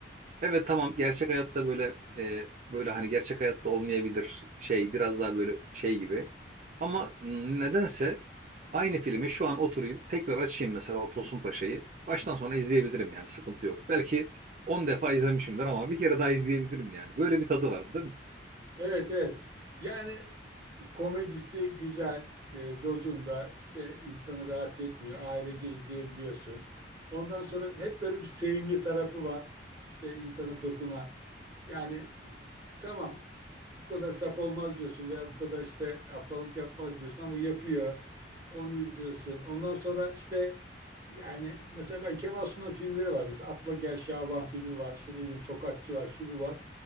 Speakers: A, on the right (about 40°); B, on the right (about 25°).
A: Evet tamam gerçek hayatta böyle e, böyle hani gerçek hayatta olmayabilir şey biraz daha böyle şey gibi. Ama nedense aynı filmi şu an oturayım tekrar açayım mesela o Tosun Paşa'yı. Baştan sona izleyebilirim yani sıkıntı yok. Belki 10 defa izlemişimdir ama bir kere daha izleyebilirim yani. Böyle bir tadı vardı değil mi?
B: Evet, evet. Yani Komedisi güzel e, dozunda işte insanı rahatsız etmiyor. Ailece izleyebiliyorsun. Ondan sonra hep böyle bir sevimli tarafı var. İşte insana dokunan. Yani e, tamam bu kadar saf olmaz diyorsun veya bu kadar işte aptallık yapmaz diyorsun ama yapıyor. Onu izliyorsun. Ondan sonra işte yani mesela ben Kemal Sunal'ın filmleri var. Mesela Atla Gel Şaban filmi var. İşte ne bileyim Tokatçı var. Şu bu var.